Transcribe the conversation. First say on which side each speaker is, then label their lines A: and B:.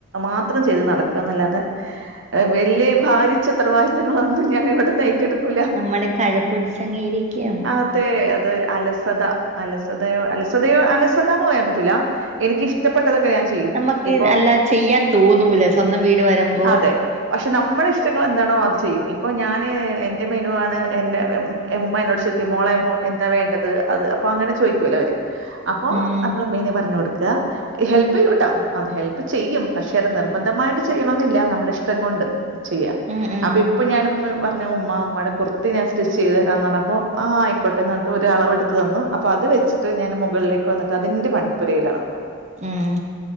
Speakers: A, on the right; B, on the right.
A: മാത്രം ചെയ്ത് നടക്കുകാന്നല്ലാതെ വെല്ല്യ ഭാരിച്ച ഉത്തരവാദി ത്വങ്ങളൊന്നും ഞാൻ ഇവിടുന്ന് ഏറ്റെടുക്കൂല
B: നമ്മള് കഴപ്പടിച്ചങ്ങ് ഇരിക്കും
A: അതെ അതെ അല സത അലസതയോ അലസതയോ അലസത എന്ന് പറയാൻ പറ്റൂല്ല എനിക്ക് ഇഷ്ടപ്പെട്ടതൊക്കെ ഞാൻ ചെയ്യും.
B: നമ്മക്ക്
A: ഇപ്പൊ
B: അല്ല ചെയ്യാൻ തോന്നൂലേ സ്വന്തം വീട് വരുമ്പോൾ
A: അതെ. പക്ഷെ നമ്മടെ ഇഷ്ടങ്ങള് എന്താണോ അത് ചെയ്യും ഇപ്പൊ ഞാന് എന്റെ മെനു ആണ് എന്റെ ഏ ഉമ്മ എന്നോട് ചോദിക്കും മോളെ മോക്കെന്താ വേണ്ടത് അത് അപ്പൊ അങ്ങനെ ചോ ദിക്കൂലോ അവര് അപ്പൊ
B: ഉം
A: നമ്മള് മെനു പറഞ്ഞു കൊടുക്കുക ഹെൽപ് ചെയ്യൂട്ടോ അത് ഹെൽപ് ചെയ്യും പക്ഷെ അത് നിർബന്ധമായിട്ട് ചെയ്യണോന്നില്ല നമ്മുടെ ഇഷ്ടം കൊണ്ട് ചെയ്യാം
B: ഉം ഉം
A: അപ്പ ഇ അപ്പോ ഞാനിപ്പോ പറഞ്ഞു ഉമ്മാ ഉമ്മാടെ കുർത്തി ഞാൻ സ്റ്റിച്ച് ചെയ്ത് തരാന്ന് പറഞ്ഞപ്പോൾ ആ ആയിക്കോട്ടെ എന്ന് പറഞ്ഞിട്ട് ഒരു അളവെടുത്ത് തന്നു അപ്പൊ അത് വെച്ചിട്ട് ഞാൻ മുകളിലേക്ക് വന്നിട്ട് അതിന്റെ പണിപ്പുരയിലാണിപ്പോ
B: ഉം